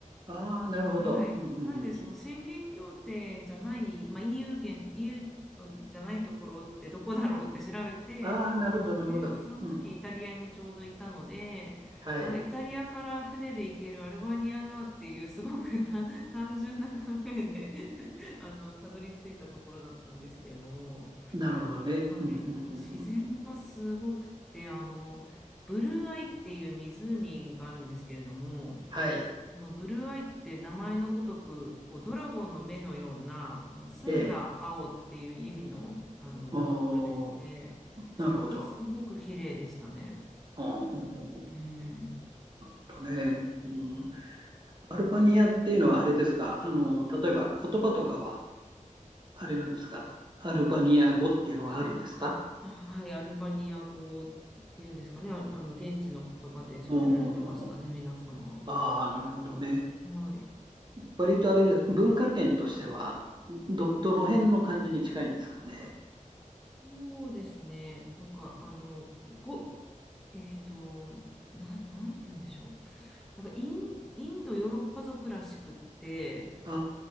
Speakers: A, on the right; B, in the centre.
A: ああ、なるほど。
B: はい。
A: うんうんうんうん、
B: なんで、その宣言協定じゃない、まあ、EU 圏、EU じゃないところってどこだろうって調べて、
A: ああ、なるほど、なるほど。
B: で、その時イタリアにちょうどいたので、
A: うんうんはい。
B: あ、イタリアから船で行けるアルバニアだっていうすごくた単純な考えで <laughs> あのたどり着いたところだったんですけれども、
A: なるほどね。
B: はい、
A: うんうんうんうん
B: でも自然がすごくてあのブルーアイっていう湖があるんですけれども
A: はい。
B: このブルーアイって名前のごとく、こうドラゴンの目のような、もう澄んだ青っていう意味の、
A: ええ。
B: あのところでして、
A: おー、
B: そこすごく綺麗でしたね。
A: なるほど。うんうんうんうんち
B: うん。
A: ょっとね、うん、
B: はい、
A: アルバニアっていうのはあれですか、あの、例えば言葉とかはあれなんですかアルバニア語っていうのがあるんですか
B: はい、アルバニア語っていうんですかね、あ、あの現地の言葉で喋られてましたね、
A: うんうんうんうん。
B: 皆様。
A: ああ、なるほどね。
B: はい、
A: 割とあれです。文化圏としては、ど、どの辺の感じに近いんですかね。
B: そうですね、なんかあの、ご、えっと、な、なんて言うんでしょう、なんかイン、インドヨーロッパ族らしくって、
A: あ